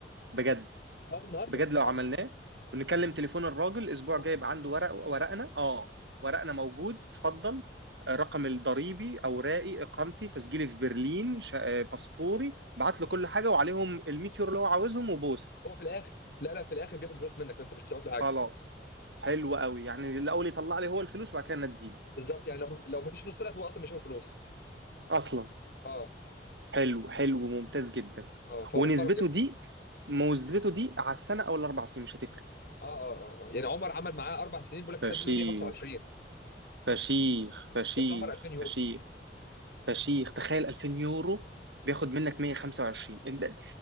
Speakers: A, on the right (about 85°); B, on the left (about 55°).
A: بجد
B: خلاص النهارده
A: بجد
B: النهارده
A: لو عملناه ونكلم تليفون الراجل اسبوع
B: بكره
A: جاي يبقى عنده ورق ورقنا اه ورقنا موجود اتفضل آه، رقم الضريبي اوراقي اقامتي تسجيلي في برلين شا- آه، باسبوري بعت له كل حاجه وعليهم الميتيور اللي هو عاوزهم وبوسه
B: هو في الاخر لا لا في الاخر بياخد فلوس منك انت مش بتبعت له
A: خلاص
B: حاجه
A: حلو قوي يعني الاول يطلع لي هو الفلوس وبعد كده نديله
B: بالظبط يعني لو لو ما فيش فلوس طلعت هو اصلا مش هياخد فلوس
A: اصلا
B: اه
A: حلو حلو ممتاز جدا
B: اه فهو
A: ونسبته
B: محترم جدا
A: دي نسبته دي على السنه او الاربع سنين مش هتفرق
B: اه اه اه آه. يعني عمر عمل معاه اربع سنين بيقول لك
A: فشيخ
B: خد منه 125
A: فشيخ فشيخ
B: جاب له عمر 2000 يورو
A: فشيخ فشيخ تخيل 2000 يورو بياخد منك 125 انت